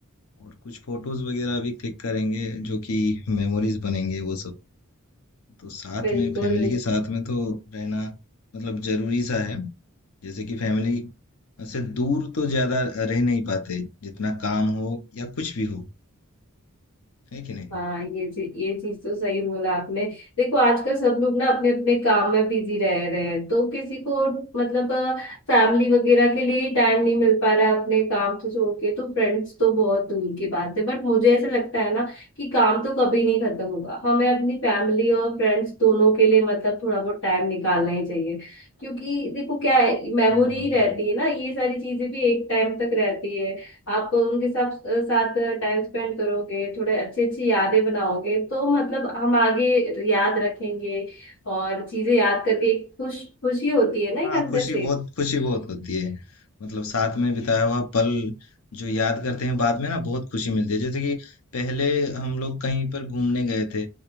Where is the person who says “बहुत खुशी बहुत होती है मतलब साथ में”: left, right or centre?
Left